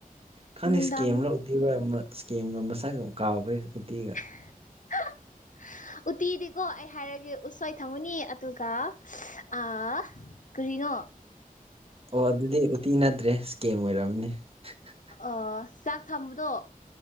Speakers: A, on the right; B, on the left.
A: ꯈꯪꯗꯦ
B: ꯅꯨꯡꯗꯥꯡ
A: ꯁ꯭ꯀꯦꯝ ꯔꯣ <unintelligible> ꯑꯃ ꯁ꯭ꯀꯦꯝꯒ ꯃꯁꯛꯒ ꯀꯥꯎꯈ꯭ꯔꯦ ꯎꯇꯤꯒ
B: <unintelligible> ꯎꯠꯇꯤꯗꯤꯀꯣ ꯑꯩ ꯍꯥꯏꯔꯒꯦ ꯎꯁꯣꯏ ꯊꯝꯒꯅꯤ ꯑꯗꯨꯒ <unintelligible> ꯑ ꯀꯔꯤꯅꯣ
A: ꯑꯣ ꯑꯗꯨꯗꯤ ꯎꯇꯤ ꯅꯠꯇ꯭ꯔꯦ ꯁ꯭ꯀꯦꯝ ꯑꯣꯏꯔꯝꯅꯤ <unintelligible>
B: ꯑꯣ ꯆꯥꯛ ꯊꯝꯕꯗꯣ